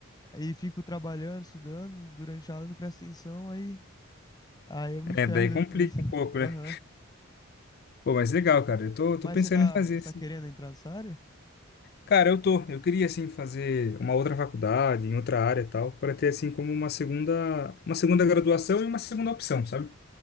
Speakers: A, on the left; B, on the left.
A: aí fico trabalhando, estudando, durante a aula eu não presto atenção, aí, aí eu me
B: É,
A: ferro
B: daí
A: depois.
B: complica
A: <laughs>
B: um pouco,
A: Aham.
B: né? Pô, mas legal, cara. Eu tô,
A: Mas
B: tô pensando
A: você tá,
B: em fazer,
A: você
B: assim.
A: tá querendo entrar nessa área?
B: Cara, eu tô. Eu queria, assim, fazer uma outra faculdade, em outra área e tal, para ter, assim, como uma segunda, uma segunda graduação e uma segunda opção, sabe?